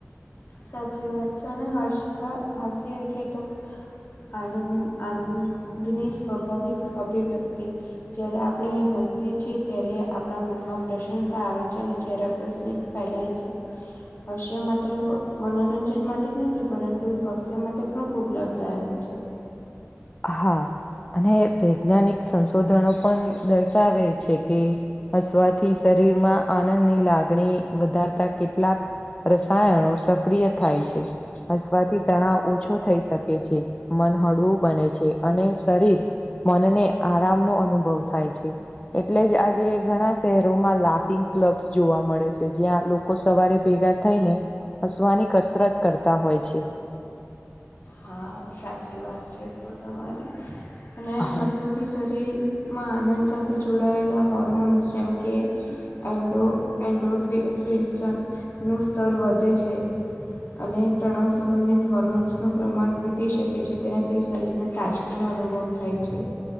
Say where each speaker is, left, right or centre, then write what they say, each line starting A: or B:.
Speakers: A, on the left; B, on the left.
A: સાચી વાત છે અને હસ હાસ્ય એટલે તોક આનંદ આનંદની સ્વાભાવિક અભિવ્યક્તિ જ્યારે આપણે હસીએ છીએ ત્યારે આપણા મનમાં પ્રસન્નતા આવે છે અને ચહેરાપર સ્નીપ ફેલાય છે કશેિયા માત્ર મનોરંજન માટે જ નથી પરંતુ સ્વાસ્થ્ય માટે પણ ખૂબ લાભદાયક છે.
B: હા અને વૈજ્ઞાનિક સંશોધનો પણ દર્શાવે છે. છે કે હસવાથી શરીરમાં આનંદની લાગણી વધારતા કેટલાક રસાયણો સક્રિય થાય છે હસવાથી તણાવ ઓછો થઈ શકે છે. મન હળવું બને છે અને શરીર મનને આરામનો અનુભવ થાય છે. એટલે જ આજે ઘણા શહેરોમાં લાફિંગ ક્લબ્સ જોવા મળે છે જ્યાં લોકો સવારે ભેગા થઈને હસવાની કસરત કરતા હોય છે.
A: હા સાચી વાત છે તો તમારી
B: હા
A: મસોથી શરીર મા આનંદ સાથે જોડાયેલા હોર્મોન્સ જેમ કે એન્ડો એન્ડો ફી ફિનશનું સ્તર વધે છે. અને તણાવ સંબંધિત હોર્મોન્સનો પ્રમાણ ઘટી શકે છે તેનાથી શરીરને તાજગીનો અનુભવ થાય છે.